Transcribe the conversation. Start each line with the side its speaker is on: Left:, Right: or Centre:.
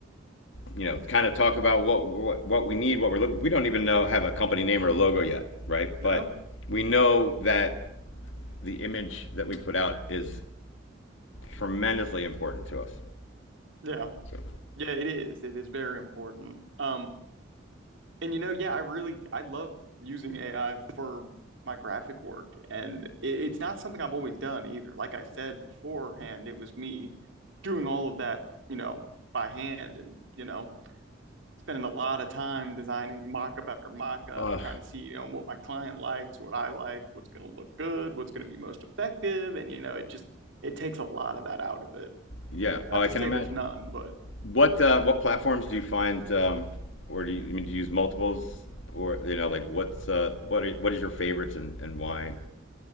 Left: you know kind of talk about what what, what we need, what we're looking. We don't even know have a company name or a logo yet, right?
Right: no,
Left: But we know that the image that we put out is tremendously important to us.
Right: yeah,
Left: So,
Right: yeah. It is. It is very important. Um, And you know, yeah, I really I love using AI for my graphic work, and it, it's not something I've always done either. Like I said beforehand, it was me doing all of that, you know, by hand, and you know, spending a lot of time designing mock-up after mock-up,
Left: uh,
Right: trying to see, you know, what my client likes, what I like, what's going to look good, what's going to be most effective, and you know, it just it takes a lot of that out of it.
Left: yeah,
Right: Not
Left: I
Right: to
Left: can
Right: say
Left: imagine.
Right: there's none, but
Left: What uh, what platforms do you find, um, or do you, I mean do you use multiples, or you know like what's uh, what are, what is your favorites and, and why?